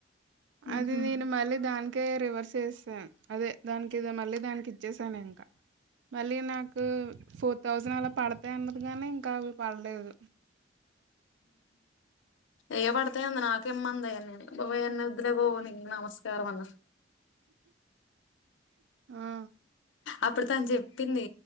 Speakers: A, on the left; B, on the right.
A: ఉహు
B: అది నేను మళ్ళీ దానికి ఇంకే రివర్స్ చేసాను అదే దానికి ఇద మళ్ళీ దానికి ఇచ్చేసాను ఇంకా మళ్ళీ నాకు ఫోర్త్ థౌసండ్ అలా పడతాయి అన్నది కాగానీ ఇంకా అవి పడలేదు
A: ఏ పడతే అంద నాక అమ్మా ఉందాయ బాబా ఎన్న ఇద్ద్రే పోవ న నమస్కారం అన్న
B: ఆ
A: అప్పుడు తను చెప్పింది